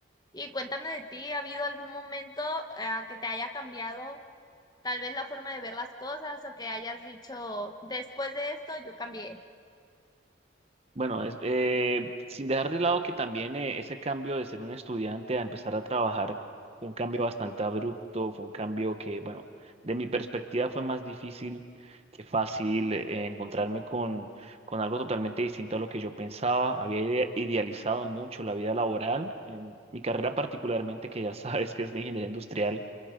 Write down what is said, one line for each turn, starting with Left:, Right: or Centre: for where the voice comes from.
Left: Y cuéntame de ti, ¿ha habido algún momento, eh, que te haya cambiado? tal vez la forma de ver las cosas o que hayas dicho después de esto, yo cambié.
Right: Bueno, es, eh, sin dejar de lado que también eh, ese cambio de ser un estudiante a empezar a trabajar fue un cambio bastante abrupto, fue un cambio que, bueno, de mi perspectiva fue más difícil que fácil eh, encontrarme con, con algo totalmente distinto a lo que yo pensaba. Había ide- idealizado mucho la vida laboral, en mi carrera particularmente, que ya <laughs> sabes que es la ingeniería industrial